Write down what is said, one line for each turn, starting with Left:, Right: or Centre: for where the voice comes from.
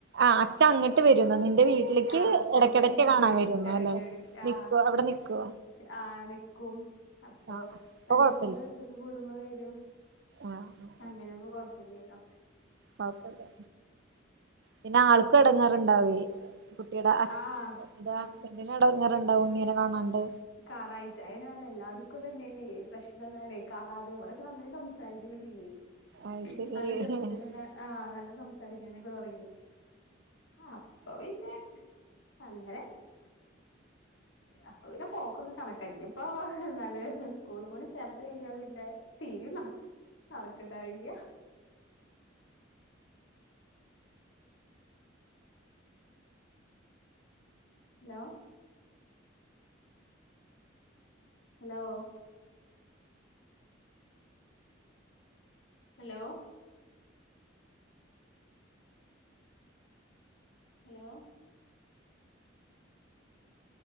Right: ആഹ് അച്ഛ അങ്ങട്ട് വരുംന്ന് നിന്റെ വീട്ട ട്ടിലേക്ക്
Left: ആഹ്
Right: എടക്കിടക്ക്
Left: എന്റെ വീട്ടിക്ക്
Right: കാണാൻ
Left: വരും
Right: വരുന്ന്
Left: എടക്ക്
Right: എല്ലേ
Left: എടക്ക്
Right: നിക്ക
Left: ആഹ്
Right: അവിടെ നിക്കോ?
Left: ആഹ് നിക്കും അപ്പൊ
Right: ആഹ് അപ്പൊ
Left: രണ്ടു
Right: കൊഴപ്പല്ല
Left: മൂന്നു ദിവസൊക്കെ കൂടുമ്പോ വരും.
Right: ആഹ്
Left: അങ്ങനാവുമ്പോ കൊഴപ്പല്ല്യല്ലോ?
Right: കൊയപ്പല്ല്യ പിന്നെ ആൾക്കും എടങ്ങേറ്ണ്ടാവേ കുട്ടിയുടെ അ
Left: ആഹ്
Right: ഹസ്ബൻഡിന് എടങ്ങേറുണ്ടാവും ഉണ്ണിനെ കാണാണ്ട്.
Left: കാണായിട്ട് അയനെ പറഞ്ഞെ എല്ലാവർക്കും ഇതന്നെയാണ് പ്രശ്നം ഇതാണെ കാണാതെ പക്ഷേ നമ്മളെ സം സംസാരിക്കൊക്കെ ചെയ്യുവേ
Right: അത് ശരി
Left: നല്ല ചെറുപ്പത്തിലന്നെ ആഹ് നല്ലം സംസാരിക്കാനൊക്കെ തൊടങ്ങി ആഹ് അപ്പൊ പിന്നെ അങ്ങനെ അപ്പൊ പിന്നെ പോക്കൊക്കെ കണക്ക ഇഞ്പ്പൊ എന്താണ് സ്കൂൾളും കൂടി ചേർത്ത് കഴിഞ്ഞാ പിന്നെ തീരിം നഹ് നടക്ക്ണ്ടാവില്ല്യ hello hello hello hello